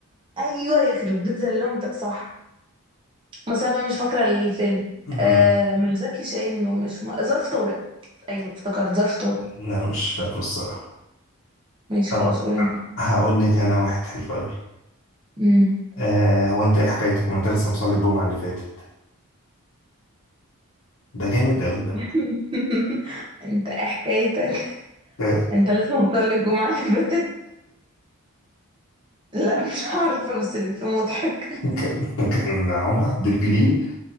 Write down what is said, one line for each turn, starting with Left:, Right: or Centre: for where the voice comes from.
Right: ايوه يخرب بيت زلمتك صح بس انا بقى مش فاكره الفيلم
Left: أمم.
Right: آه مش زكي شاهين ومش م... ظرف طارق ايوه افتكرت ظرف طارق
Left: لا مش فاكره الصراحة
Right: ماشي
Left: طب
Right: خلاص قول انت
Left: هقول لك انا واحد حلو قوي
Right: مم.
Left: آه هو انت ايه حكايتك ما انت لسه مصلي الجمعة اللي فاتت ده جامد قوي ده بقى
Right: <laughs> انت ايه حكايتك
Left: <laughs>
Right: انت لسه مصلي الجمعة اللي فاتت لا مش عارفة بس اللي فيه مضحك
Left: كان كان عمرو عبد الجليل